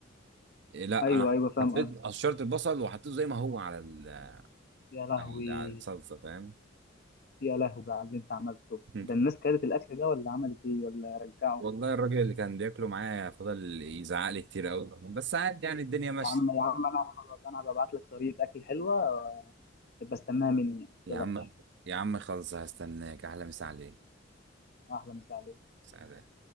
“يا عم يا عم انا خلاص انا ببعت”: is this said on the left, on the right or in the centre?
Left